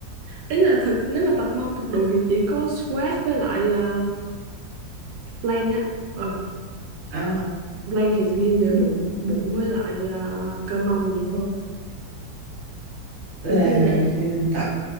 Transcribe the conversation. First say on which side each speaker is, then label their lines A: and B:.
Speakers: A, on the right; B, on the right.
A: Ý là thực nếu mà tập mông tập đùi thì chỉ có squat với lại ờ, plank á. Ừ,
B: Ờ,
A: Lan thì nghiêng về bụng bụng với lại ờ, cơ mông nhiều hơn
B: là
A: tôi thấy vậy
B: thì mình tập